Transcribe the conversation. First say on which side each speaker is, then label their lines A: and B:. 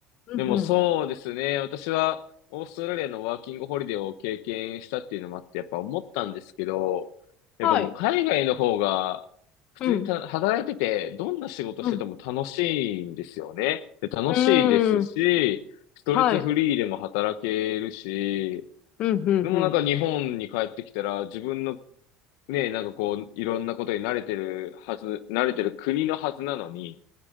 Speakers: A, on the left; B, on the left.
A: うんうん。
B: でもそうですね、私は、オーストラリアのワーキングホリデーを経験したっていうのもあって、やっぱ思ったんですけど、やっぱもう海外の方が、
A: はい。
B: 普通にた働いてて、
A: うん。
B: どんな仕事してても楽しいんですよね。
A: うん
B: で楽しいですし、
A: うーん。
B: ストレスフリーでも働けるし、
A: はい。うん、うん、
B: でもなんか日本に帰ってきたら自分の
A: うん。
B: ね、なんかこういろんなことに慣れてるはず、慣れてる国のはずなのに、